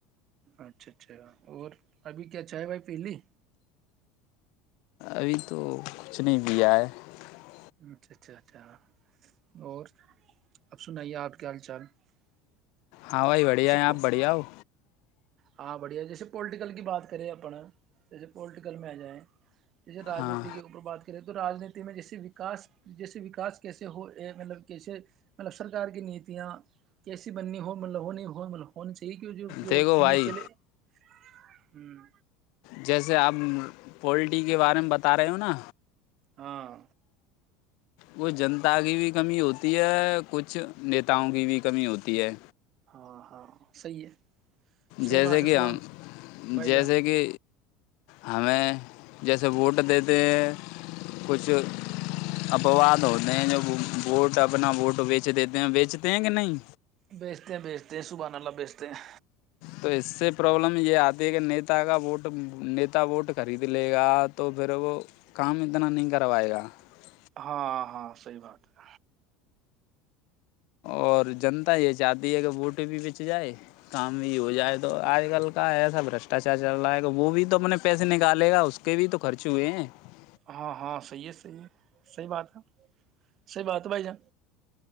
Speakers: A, on the right (about 35°); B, on the left (about 55°).
A: اچھا اچھا اور ابھی کیا چائےے بھائی پہلی
B: ابھی تو کچھ نہیں بھی آ ہے <unintelligible>
A: اچھا اچھا اچھا اور اب سنائیے آپ کیا حال چال <unintelligible>
B: ہاں بھائی بڑھیا
A: جیسے
B: ہیں آپ بڑھیا ہو
A: ہاں بڑھیا جیسے پولٹیکل کی بات کریں اپن جیسے پولٹیکل میں آ جائیں جیسے رانیتی
B: ہاں
A: کے اوپر بات کریں تو راجنیتی میں جیسے واس جیسے وکا کیسے ہو مطلب کیسے مطلب سرکار کی نیتیاں کیسی بننی ہول ہونی ہو ہونی ٹھیک جو جو
B: دیکھو
A: <unintelligible>
B: بھائی
A: نیچل <unintelligible> ہوں <unintelligible>
B: جیسے آپ پولٹیری کے بارے میں بتا رہے ہو نا
A: ہاں <unintelligible>
B: کچھ جنتا کی بھی کمی ہوتی ہے کچھ نیتاؤں کی بھی کمی ہوتی ہے
A: ہاں ہاں صحی ہے صحیح
B: جیسے
A: بات ہے
B: کہ
A: سبحان
B: ہم
A: بھائی
B: جیسے
A: جان
B: کہ ہمیں جیسے ووٹ دیتے ہیں کچھ اپواد ہوتے ہیں جو ووٹ اپنا ووٹ بیچ دیتے ہیں بیچتے ہیں کہ نہیں
A: بیچتے ہیں بیچتے ہیں صبحا بیچتے ہیں
B: تو اس سے پرابلم یہ آتی ہے کہ نیتا کا ووٹ نیتا ووٹ خرید لے گا تو پھر وہ کام اتنا نہیں کروائے گا <unintelligible>
A: ہاں ہاں صحیح بات ہے
B: اور جنتا یہ چاہتی ہے کہ بوٹ بھی بچ جائے کام بھی ہو جائے تو آج کل کا ایسا بشٹاچار چل رہا ہے کہ وہ بھی تو اپنے پیسے نکالے گا اس کے بھی تو خرچ ہوئے ہیں <unintelligible>
A: ہاں ہاں صحی ہے صحیح ہے صحیح بات ہے صحیح بات ہے بھائی جان